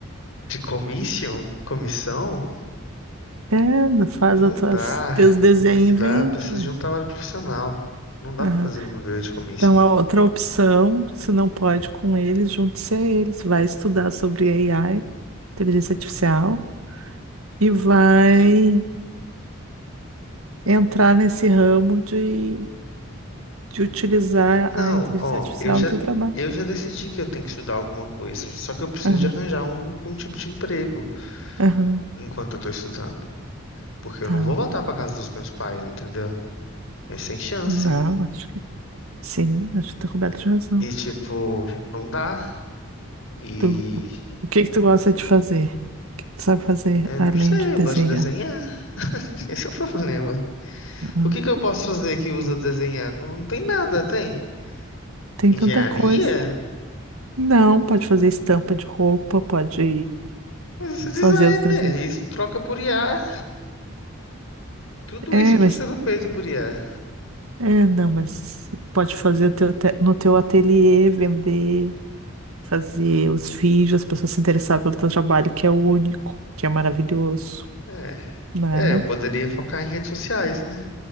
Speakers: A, on the left; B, on the right.
A: de commission, comissão?
B: é, faz
A: Não
B: os tuas,
A: dá,
B: teus desenhos
A: não dá,
B: e vende,
A: eu preciso
B: ué.
A: de um trabalho profissional. Não dá
B: Aham.
A: pra fazer viver de commission.
B: Então, a outra opção, se não pode com eles, junte-se a eles, vai estudar sobre AI, inteligência artificial, e vai entrar nesse ramo de, de utilizar
A: Não,
B: a inteligência
A: ó,
B: artificial
A: eu já,
B: no teu trabalho.
A: eu já decidi que eu tenho que estudar alguma coisa, só que eu preciso
B: Aham,
A: de arranjar um, um tipo de emprego
B: aham,
A: enquanto eu tô estudando, porque
B: tá.
A: eu não vou voltar pra casa dos meus pais, entendeu? É sem chance.
B: Não, acho Sim, acho que tá coberto de razão.
A: E, tipo, não dá. E
B: Tu- o que que tu gosta de fazer? O que que tu sabe fazer
A: É,
B: além
A: não sei,
B: de desenhar?
A: eu gosto de desenhar. Esse é o problema.
B: Ah,
A: O que que eu posso fazer que usa desenhar? Não, não tem nada, tem.
B: tem
A: Engenharia?
B: tanta coisa. Não, pode fazer estampa de roupa, pode
A: Mas isso é design,
B: fazer os desenhos.
A: né? Isso troca por IA. Tudo
B: É,
A: isso está
B: mas
A: sendo feito por IA.
B: é, não, mas pode fazer o teu te- no teu ateliê, vender, fazer os vídeos, as pessoas se interessarem pelo teu trabalho, que é único, que é maravilhoso,
A: É.
B: né?
A: É, eu poderia focar em redes sociais, né?